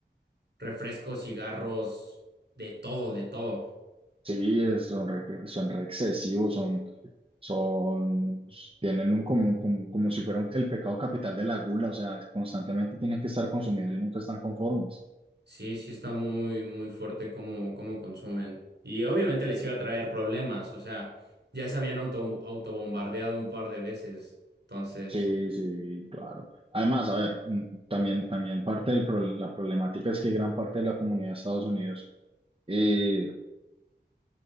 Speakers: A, on the right; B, on the right.
A: refrescos, cigarros, de todo, de todo.
B: Sí, es- son re, son re excesivos, son, son, tienen un común, como, como si fueran el pecado capital de la gula, o sea, constantemente tienen que estar consumiendo y nunca están conformes.
A: Sí, sí está muy, muy fuerte cómo, cómo consumen. Y obviamente les iba a traer problemas, o sea, ya se habían auto, autobombardeado un par de veces, entonces...
B: Sí, sí, claro. Además, a ver, mm, también, también parte de la problemática es que gran parte de la comunidad de Estados Unidos, eh,